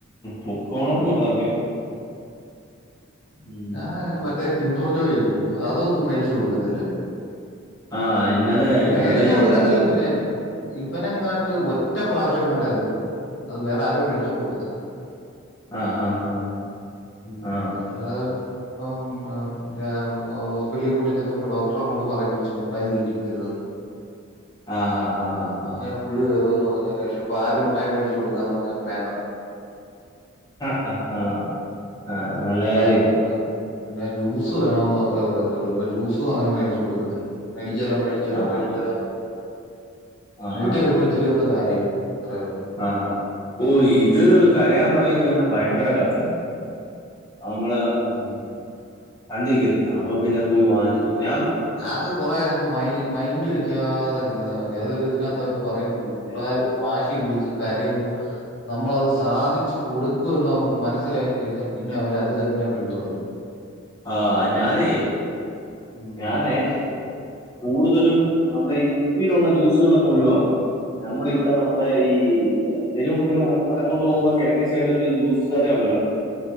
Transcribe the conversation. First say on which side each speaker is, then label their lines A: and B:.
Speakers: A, on the left (about 15°); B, on the left (about 50°).
A: പൊക്കോണം പറഞ് ഉം.
B: ഞാ മറ്റേ കിന്റർ ജോഴില്ലേ അതൊന്നും മേടിച്ചു കൊടുക്കത്തില്ല
A: ആ ഇന്നലെ ഇന്നലെ
B: മേടിച്ചു
A: ഞാൻ
B: കൊടുക്കത്തില്ല
A: ചാരും
B: തന്നെ ഇബനെങ്ങാണ്ട് ഒറ്റ പ്രാവശ്യങ്ങാണ്ടേ <unintelligible> അത് വേറെ ആരൊ മേടിചോണ്ട് കൊടുത്ത
A: ആ ആ ആ
B: ഉം
A: ആ
B: അല്ല <unintelligible> ഹോസ്പിറ്റലിൽ കൊണ്ട് ചെന്നപ്പോ ഡോക്ടറെ കൊണ്ട് പറയിപ്പിച്ചു മുട്ടായി തീറ്റിക്കര് തന്ന്
A: ആഹ് ആഹ് ആഹ് ഹാ ഹാ
B: പുഴു വരുന്ന് പർഞ്ഞാ പക്ഷേ ഇപ്പ ആര് മുട്ടായി മേടിച്ച് കൊടുക്കാ ന്ന് പർഞ്ഞാലും വേണ്ടന്ന്
A: ആഹ് ആഹ് ആഹ് ആഹ്
B: ഉം,
A: നല്ല
B: മുട്ടായി
A: കാര്യവ
B: വേണ്ട പിന്നെ ജ്യൂസ് വേണോന്ന് മാത്രേ പറയത്തുള്ളൂ ഇപ്പൊ ജ്യൂസും അങ്ങനെ മേടിച്ച് കൊടുക്കത്തില്ല, മേടിച്ച് തരാം മേടി ച്ചരാം
A: ആ
B: മേടിച്ചരാം
A: ആ
B: വീട്ടി
A: ആ
B: വരുമ്പോ ഇച്ചിരി ഒന്ന് കരയും, അത്രേ ഒള്ളു
A: ആഹാ ഓ ഇത് കരയാൻ തുടങ്ങിക്കഴിഞ്ഞാൽ ഭയങ്കര കരച്ചിലാവും അഅമ്മള്
B: ഉം
A: കണ്ടിരിക്കത്തില്ല അപ്പൊ പിന്നെ പോയി വാങ്ങിച്ചോടുക്കും ഞാന്ന്
B: അത് കുറേ അങ്ങ് മൈ മൈൻഡ് വെ ക്കാതെങ്ങ് ഇരുന്ന മതി അതൊരു ഇതിനത്ത് അവര് പറയുന്നുണ്ട്. പിള്ളാര് വാശി പിടിച്ച് കരയുമ്പോ നമ്മളത് സാധിച്ചു കൊടുക്കുവെന്നവർക്ക് മനസ്സിലായി കഴിഞ്ഞാൽ പിന്നെ അവരത് തന്നെ പിന്തുടരും
A: ആഹ് ഞാനേ
B: ഉം.
A: ഞാന്‌ കൂടുതലും നമ്മുടെ ഈ കുപ്പിയിലുള്ള ജ്യൂസുകളങ്ങ് ഒഴിവാക്കും നമ്മുടെ ഇവിടെ നമ്മുടെ ഈ തെരുമുക്കിനും വടക്കോട്ട് പോകുമ്പോ കെഴക്കേ സൈഡിലൊരു ഒരു ജ്യൂസ് കടയുണ്ടല്ലോ